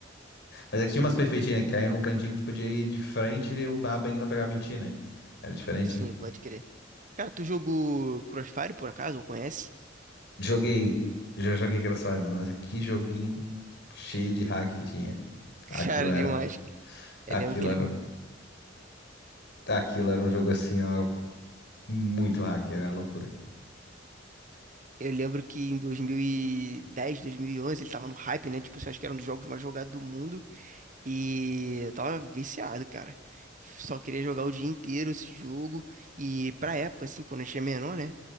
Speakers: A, on the left; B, on the right.
A: Mas é que tinha umas perfeitinhas, né? Que caíam num cantinho que tu podia ir de frente e o- a benga não pegava em ti, né? Era diferente,
B: Sim,
A: né?
B: pode crer. Cara, tu jogou Crossfire por acaso, ou conhece?
A: Joguei. Já joguei Crossfire, mano, mas que joguinho cheio de hack que tinha.
B: <laughs> Cara,
A: Aquilo era.
B: demais. Eu
A: Aquilo
B: lembro que
A: era,
B: ele.
A: aquilo era um jogo assim, ó, muito hack, era uma loucura.
B: Eu lembro que em 2010, 2011, ele tava no hype, né? Tipo assim, acho que era um dos jogos mais jogados do mundo. E eu tava viciado, cara. Só queria jogar o dia inteiro esse jogo. E pra época, assim, quando a gente é menor, né?